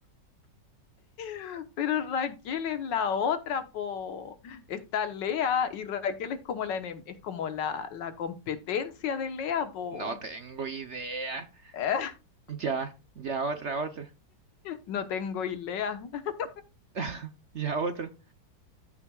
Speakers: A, on the left; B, on the right.
A: <laughs> Pero Raquel es la otra, po. Está Lea y Raquel es como la enem- es como la, la competencia de Lea, po.
B: No tengo idea.
A: <laughs>
B: Ya, ya otra, otra.
A: No tengo idea. <laughs>
B: <laughs> Ya otra.